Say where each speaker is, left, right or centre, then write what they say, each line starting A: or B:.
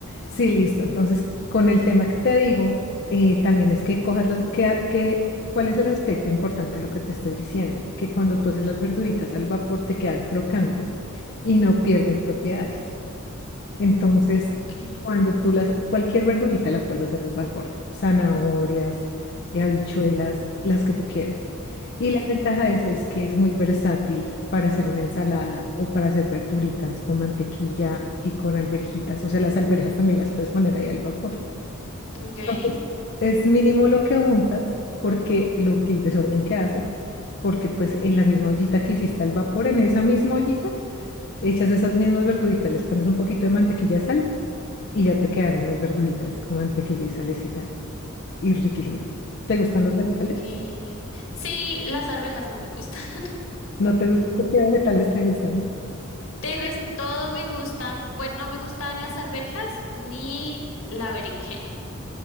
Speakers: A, on the left; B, on the left.
A: Sí, listo. Entonces, con el tema que te digo, eh, también es que cojas las, que, a- que, ¿cuál es el aspecto importante de lo que te estoy diciendo? Que cuando tú haces las verduritas al vapor te quedan crocantes y no pierden propiedades. Entonces,
B: Okay.
A: cuando tú las, cualquier verdurita la puedes hacer al vapor, zanahorias, eh, habichuelas, las que tú quieras. Y
B: ujú,
A: la ventaja de eso es que es muy versátil para hacer una ensalada o para hacer verduritas con mantequilla y con alverjitas. O sea, las alverjas también las puedes poner ahí al vapor.
B: Okay.
A: Entonces, es mínimo lo que untas, porque lo, que- el desorden que haces, porque pues en la misma ollita que hiciste al vapor, en esa misma ollita, Echas esas mismas verduritas, les pones un poquito de mantequilla, sal y ya te quedaron las verduritas con mantequilla y salecita y riquísimas. ¿Te gustan los vegetales?
B: Okay. Sí, las arvejas no me gustan. <laughs>
A: No te, gu- ¿qué vegetales te gustan?
B: De resto, todo me gusta. Bueno, no me gustan las arvejas ni la berenjena.